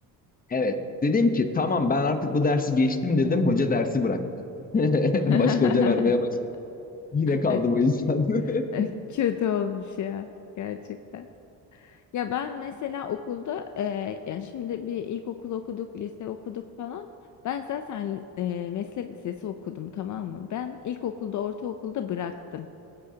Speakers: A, on the left (about 25°); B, on the left (about 55°).
A: Evet. Dedim ki tamam ben artık bu dersi geçtim dedim. Hoca dersi bıraktı. <laughs>
B: <laughs>
A: Başka hoca vermeye başladı. Yine kaldım
B: Ay,
A: o yüzden.
B: k- ay,
A: <laughs>
B: Kötü olmuş ya. Gerçekten. Ya ben mesela okulda e, yani şimdi bir ilkokul okuduk, lise okuduk falan. Ben zaten e, meslek lisesi okudum tamam mı? Ben ilkokulda, ortaokulda bıraktım.